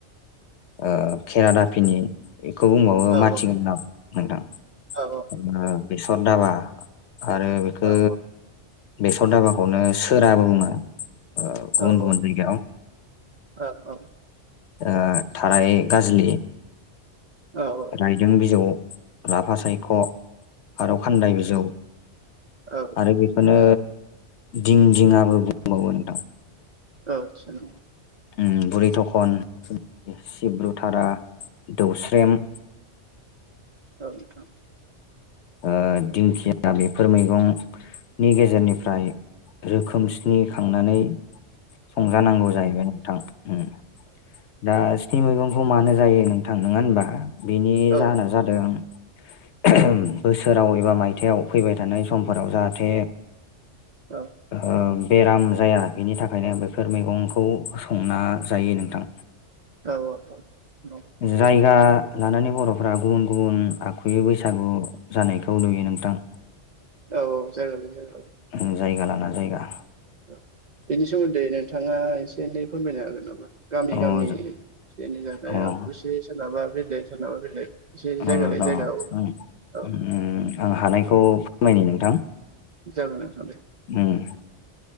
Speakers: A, on the left (about 70°); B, on the right (about 55°).
A: ओ केेरादापिनि बेखौ बुंबावो
B: औ
A: माथिगालदाब नोंथां।
B: औ
A: बेसर दाबा आरो बेखौ
B: औ
A: बेसर दाबाखौनो सोराबो बुंङो। गुबुन
B: औ औ
A: गुबुन बिगा
B: औ औ थिगानो
A: ओ थाराय गाजलि
B: औ नोंथां
A: रायदों बिजौ लाफा सायख' खारौ खान्दाय बिजौ
B: औ
A: आरो बेखौनो दिं दिंआबो बुंबावो नोंथां।
B: ओ आदसा
A: उम बुरि थखन सिब्रुथारा दौस्रेम।
B: औ नोंथां
A: ओ दिंखिया बेफोर मैगंनि गेजेरनिफ्राय रोखोम स्नि खांनानै संजानांगौ जाहैबाय नोंथां उम दा स्नि मैगं खौ मानो जायो नोंथां नंङा होनबा बिनि
B: औ
A: जाहोना जादों। बोसो
B: औ
A: सोराव एबा मायथायाइाव फैबाय थानाय समफोराव जाहाथे
B: औ
A: ओम बेराम जाया बेनि थाखायनो बेैफोर मैगंखौ संना जायो नोंथां।
B: औ औ औ औ
A: जायगा लानानै बर'फोरा गुबुन गुबुन आखुयै बैसागु जानायखौ नुयो नोंथां।
B: औ जायगा लायै जायगा औ
A: उम जायगा लाना जायगा
B: ओ बेनि सोमोन्दै नोंथाङा एसे एनै फोरमायनो हागोन नामा? गामि
A: अ
B: गामि बेनि थाखाय
A: अ
B: <unintelligible> से सोरनाबा बेलेग सोरनाबा बेलेग एसे
A: अ
B: जायगा लायै
A: र'
B: जायगा
A: आं
B: औ औ
A: उम आं हानायखौ फोरमायनि नोंथां।
B: जागोन नोंथां दे
A: उम